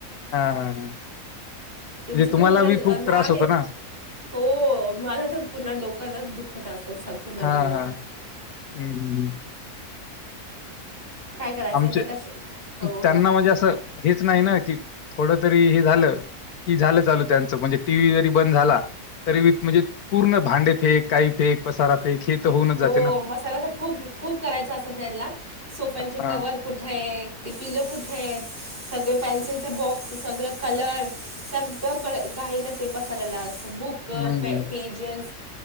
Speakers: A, on the left (about 75°); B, on the right (about 35°).
A: हां, हां, हां.
B: तुमची
A: म्हणजे
B: पण
A: तुम्हाला
B: मुलं
A: बी खूप
B: लहान
A: त्रास होतो
B: आहेत
A: ना?
B: हो माझा तर पुन्हा डोक्यात दुःखत अस स पूर्ण
A: हा
B: दिवसच
A: हा हू हू
B: काय करायचं
A: आमचे
B: यांना कश हो हो
A: त्यांना म्हणजे असं हेच नाही ना की थोडं तरी हे झालं की झालं चालू त्यांचं म्हणजे टी व्ही जरी बंद झाला तरी बी म्हणजे पूर्ण भांडे फेक काही फेक पसारा फेक हे तर होऊनच
B: हो
A: जाते ना.
B: पसारा तर खूप खूप करायचं असत त्यांना सोफ्यांचे
A: हां.
B: कवर कुठ आहे ते पिलो कुठे आहेत सगळ पेन्सिलच बॉक्स सगळं कलर सगळकडे काही ना काही पसरलेल असत बुक
A: हं, हं.
B: पेजेस